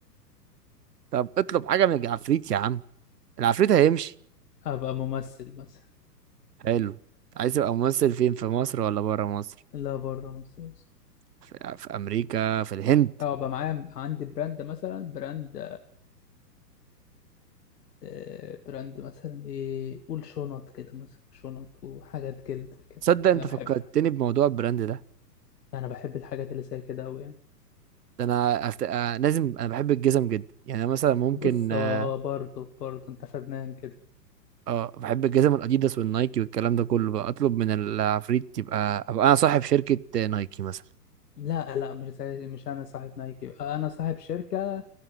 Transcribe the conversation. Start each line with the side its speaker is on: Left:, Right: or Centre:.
Right: طب اطلب حاجه من العفريت يا عم العفريت هيمشي
Left: ابقى ممثل مثلا
Right: حلو عايز تبقى ممثل فين في مصر ولا بره مصر
Left: لا بره مصر
Right: في, في امريكا في الهند
Left: اه بقى معايا عندي براند مثلا براند آه، براند مثلا ايه قول شنط كده مثلا شنط وحاجات جلد كده
Right: تصدق انت
Left: انا بحب
Right: فكرتني بموضوع البراند ده
Left: انا بحب الحاجات اللي زي كده قوي يعني
Right: ده انا أفت... آه، لازم انا بحب الجزم جدا يعني أنا مثلا ممكن
Left: بص
Right: اه
Left: اه اه برضه برضه انت فنان كده
Right: آه، بحب الجزم الاديداس والنايكي والكلام ده كله بقى اطلب من العفريت يبقى ابقى انا صاحب شركه آه، نايكي مثلا
Left: لا لا مش زي مش انا صاحب نايكي آه، انا صاحب شركة